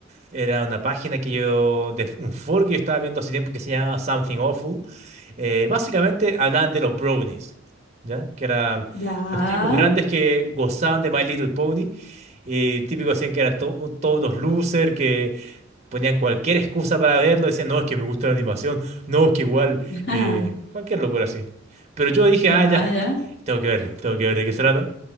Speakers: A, on the right; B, on the left.
A: Era una página que yo, de un foro que yo estaba viendo hace tiempo que se llama Something Awful. Eh, básicamente hablaban de los brownies, ¿ya? Que eran
B: Ya.
A: los tipos grandes que gozaban de My Little Pony. Y típico decían que eran to- todos unos losers, que ponían cualquier excusa para verlo. Decían, no, es que me gusta la animación, no, es que igual, eh,
B: Ajá,
A: cualquier locura así. Pero yo dije,
B: Ya,
A: ah, ya,
B: ya.
A: <laughs> tengo que verlo, tengo que ver de qué se trata.